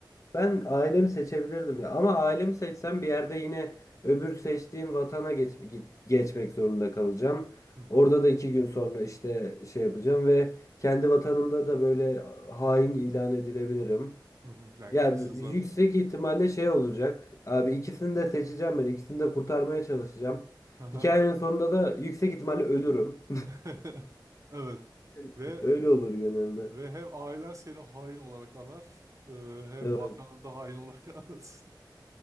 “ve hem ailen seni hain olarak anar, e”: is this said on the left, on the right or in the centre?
Right